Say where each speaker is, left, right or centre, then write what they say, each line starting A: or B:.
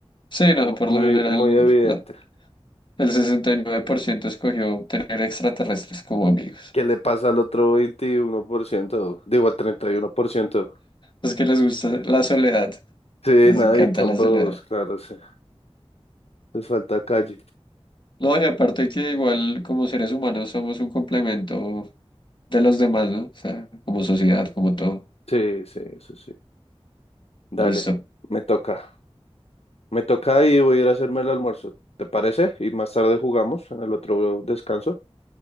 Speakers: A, on the left; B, on the left.
A: Sí,
B: Está
A: no,
B: mu-
A: por
B: muy,
A: lo general
B: muy evidente.
A: la- el 69% escogió tener extraterrestres como amigos.
B: ¿Qué le pasa al otro 21%? Digo, al treinta y uno por ciento
A: Es que les gusta la soledad,
B: Sí,
A: les
B: nada,
A: encanta
B: y son
A: la soledad.
B: bobos, claro, sí. Les falta calle.
A: No, y aparte que igual como seres humanos somos un complemento de los demás, ¿no? O sea, como sociedad, como todo.
B: Sí, sí, eso sí. Dale,
A: Listo.
B: me toca. Me toca y voy a ir a hacerme el almuerzo. ¿Te parece? Y más tarde jugamos en el otro descanso.